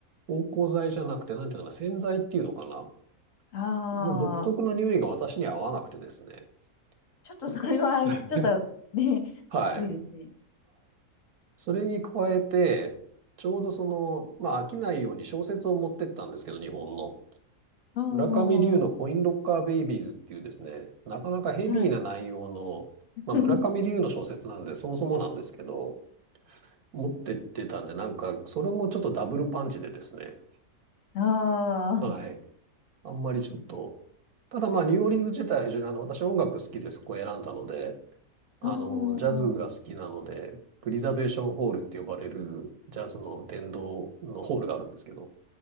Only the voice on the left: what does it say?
ああ、
ちょっとそれは、
ちょっとね、
きついですね。
ああ、
はい。<laughs>
ああ、
ああ、